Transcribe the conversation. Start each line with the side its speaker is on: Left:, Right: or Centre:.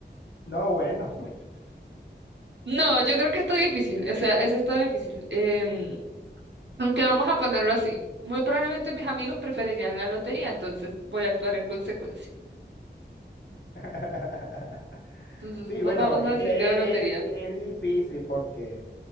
Left: No, bueno.
Right: No, yo creo que está difícil, o sea, eso está difícil. Em, aunque vamos a ponerlo así, muy probablemente mis amigos preferirían la lotería, entonces voy a actuar en consecuencia.
Left: <laughs>
Right: Entonces,
Left: Sí, bueno,
Right: va- vamos
Left: es
Right: a decir
Left: que
Right: que la lotería.
Left: es, es- es difícil porque,